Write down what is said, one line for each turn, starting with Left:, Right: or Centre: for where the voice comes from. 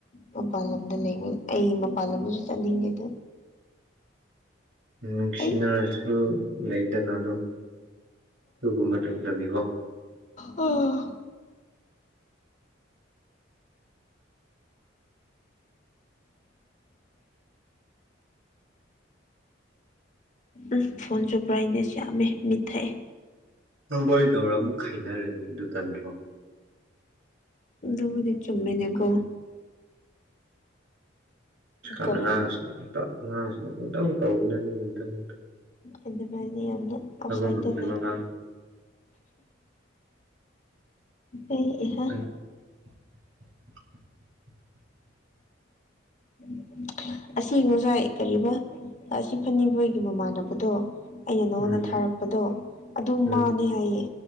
Left: ꯃꯄꯥꯟ ꯂꯝꯗ ꯂꯩꯕ ꯑꯩ ꯃꯄꯥꯟ ꯂꯝꯗꯁꯨ ꯆꯠꯅꯤꯡꯗꯦ ꯗꯨ
Right: ꯅꯨꯡꯁꯤꯅꯔꯁꯨ
Left: ꯑꯩ
Right: ꯂꯩꯗꯅ ꯑꯗꯨꯝ ꯗꯨꯒꯨꯝꯕ ꯊꯝꯗꯕꯤꯀꯣ
Left: ꯎꯝ
Right: <inaudible>
Left: ꯎ ꯐꯣꯟꯁꯨ ꯕ꯭ꯔꯥꯏꯠꯅꯦꯁ ꯌꯥꯝꯃꯦ ꯃꯤꯠꯊꯛꯑꯦ
Right: ꯋꯥꯔꯤꯣꯏꯗꯧꯔ ꯑꯃꯨꯛ ꯈꯥꯏꯅꯔꯅꯤ ꯑꯗꯨ ꯅꯟꯗ꯭ꯔꯣ
Left: ꯎꯕꯨꯗꯤ ꯆꯨꯝꯃꯦꯗꯒꯣ
Right: ꯍꯧꯖꯤꯛꯀꯥꯟ ꯀꯥꯟ
Left: ꯀꯔꯤꯕꯨ
Right: ꯑꯉꯥꯡꯁꯤ ꯑꯉꯥꯡꯁꯤꯅ ꯑꯃꯨꯛꯇꯪ ꯇꯧꯧꯕꯅꯦ ꯑꯗꯨꯕꯨ ꯑꯃꯇꯪ ꯑꯃ
Left: ꯑꯗꯨꯃꯥꯏꯅ ꯌꯥꯝꯅ ꯑꯥꯎꯠꯁꯥꯏ
Right: ꯉꯝꯗꯕ
Left: ꯇ ꯂꯩꯔ
Right: ꯑꯉꯥꯡ
Left: ꯑꯩ ꯏꯍ
Right: ꯎꯝ <inaudible>
Left: <inaudible> ꯑꯁꯤ ꯉꯁꯥꯏ ꯀꯔꯤꯕ ꯑꯁꯤ ꯐꯅꯤꯕꯣꯏꯒꯤ ꯃꯃꯥꯟꯅꯕꯗꯣ ꯑꯩꯅ ꯅꯪꯉꯣꯟꯗ
Right: ꯎꯝ
Left: ꯊꯥꯔꯛꯄꯗꯣ ꯑꯗꯨ
Right: ꯎꯝ
Left: ꯃꯥꯥꯅꯦ ꯍꯥꯏꯌꯦ